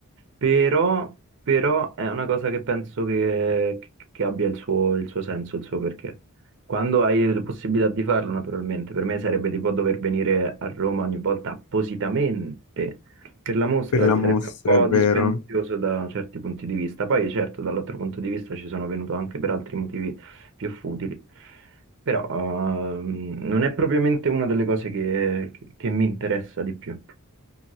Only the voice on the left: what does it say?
Per la
mostra,
è vero.